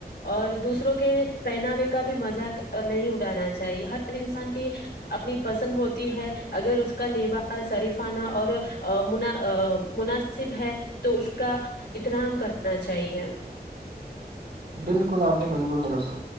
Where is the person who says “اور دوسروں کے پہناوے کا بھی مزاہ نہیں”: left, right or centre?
Left